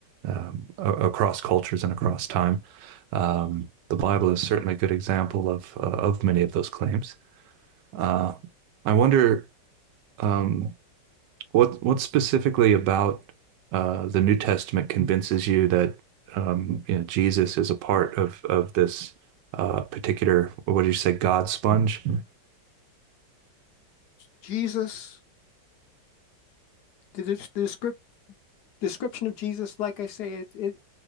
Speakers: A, on the right; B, on the left.
A: um, across cultures and across time. Um, the Bible is certainly a good example of uh, of many of those claims. Uh, I wonder um, what what specifically about uh, the New Testament convinces you that um, you know, Jesus is a part of of this uh, particular, what did you say, God sponge?
B: Jesus, the, the descrip- description of Jesus, like I say, it, it,